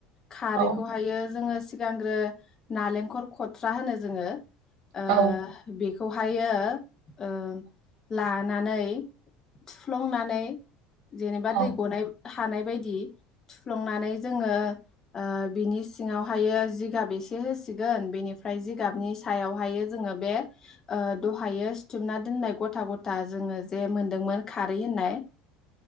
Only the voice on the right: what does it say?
हागोन
नामा
औ